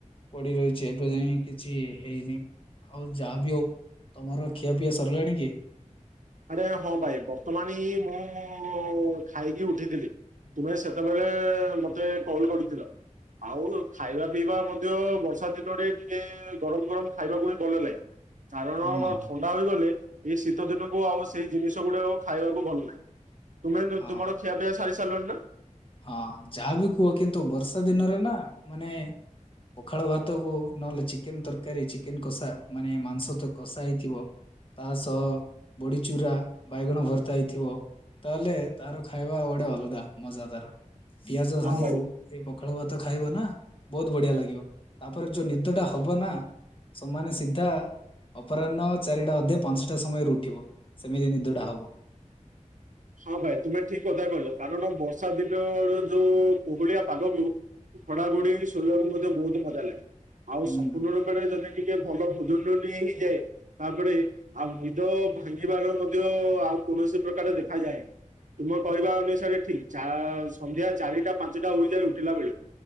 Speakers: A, on the left (about 45°); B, on the right (about 75°).
A: ପଡ଼ି ରହିଛି ଏବେ ଯାଇଁ କିଛି ହେଇନି। ଆଉ ଯାହାବି ହଉ ତମର ଖିଆପିଆ ସରିଲାଣି କି?
B: ଆରେ ହଁ ଭାଇ ବର୍ତ୍ତମାନେ ଏ ମୁଁ ଖାଇକି ଉଠିଥିଲି। ତୁମେ ସେତେବେଳେ ମତେ କଲ କରିଥିଲ। ଆଉ ଖାଇବା ପିଇବା ମଧ୍ୟ ବର୍ଷା ଦିନରେ ଟିକେ ଗରମ ଗରମ ଖାଇବାକୁ ହିଁ ଭଲ ଲାଗେ। କାରଣ
A: ହଁ ହଁ
B: ଥଣ୍ଡା ହୋଇଗଲେ ଏଇ ଶୀତଦିନ। ଓ ଆଉ ସେଇ ଜିନିଷ ଗୁଡା ଖାଇବାକୁ ଭଲ ନାହିଁ ତୁମେ ତ
A: ହଁ
B: ତୁମର ଖିଆ ପିଆ ସାରି ସାରିଲଣି ନା?
A: ହଁ ଯାହା ବି କୁହ କିନ୍ତୁ ବର୍ଷା ଦିନରେ ନା ମାନେ। ପଖାଳ ଭାତକୁ ନହେଲେ ଚିକେନ୍ ତରକାରୀ ଚିକେନ୍ କଷା ମାନେ ମାଂସ ତ କଷା ହେଇଥିବ। ତା ସହ ବଡ଼ିଚୁରା ବାଇଗଣ ଭର୍ତ୍ତା ହେଇଥିବ। ତାହେଲେ ତାର ଖାଇବା ଗୋଡେ ଅଲଗା ମଜା ତାର ପିଆଜ ସାଙ୍ଗକୁ।
B: ହଁ ଭାଇ।
A: ଏଇ ପଖାଳ ଭାତ ଖାଇବ ନା ବହୁତ ବଢିଆ ଲାଗିବ ତାପରେ ଯୋଉ ନିଦଟା ହବ ନା। ସମାନେ ସିଦ୍ଧା। ଅପରାହ୍ନ ଚାରିଟା ଅଧେ ପାଞ୍ଚଟା ସମୟରୁ ଉଠିବ ସେମିତି ନିଦଟା ହବ।
B: ହଁ ଭାଇ ତୁମେ ଠିକ୍ କଥା କହିଲ କାରଣ ବର୍ଷା ଦିନରେ ଯୋଉ କୁହୁଳିଆ ପାଗକୁ। ଘଡାଘୁଡି ଶୋଇବାକୁ ମଧ୍ୟ ବହୁତ ମଜା ଲାଗେ ଆଉ
A: ହୁଁ।
B: ସମ୍ପୂର୍ଣ୍ଣ ରୂ ପରେ ଯଦି ଟିକେ ଭଲ ଭୋଜନ ଟିକେ ହେଇଯାଏ। ତାପରେ ଆଉ ନିଦ ଭାଙ୍ଗିବାର ମଧ୍ୟ ଆଉ କୌଣସି ପ୍ରକାର ଦେଖାଯାଏନି। ତୁମ କହିବା ଅନୁସାରେ ଠିକ ଚା ସନ୍ଧ୍ୟା ଚାରିଟା ପାଞ୍ଚଟା ହୋଇଠାରୁ ଉଠିଲା ବେଳୁ।